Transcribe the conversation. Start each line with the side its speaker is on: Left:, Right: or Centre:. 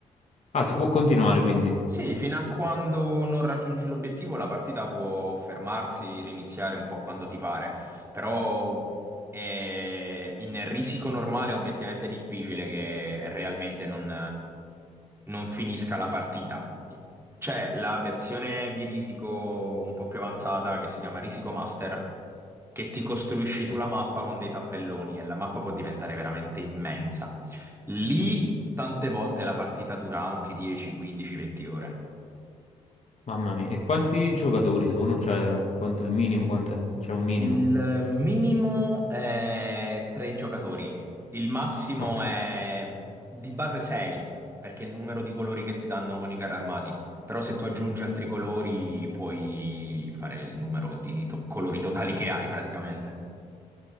Left: Ah, si può continuare quindi.
Right: Sì, fino a quando non raggiungi l'obiettivo la partita può fermarsi, riniziare un po' quando ti pare, però è- in risico normale è obiettivamente difficile che realmente non, non finisca la partita. C'è la versione di risico un po' più avanzata che si chiama Risico Master, che ti costruisci
Left: Ok,
Right: tu la mappa con dei tabelloni e la mappa può diventare veramente immensa. Lì tante volte la partita dura anche 10, 15, 20 ore.
Left: Mamma mia, e quanti giocatori sono? Cioè, quanto, il minimo quant'è? C'è un minimo.
Right: Il minimo è tre giocatori, il massimo
Left: Ok,
Right: è di base 6, perché è il numero di colori che ti danno con i carri armati. Però se tu aggiungi altri colori puoi fare il numero di to- colori totali che hai praticamente.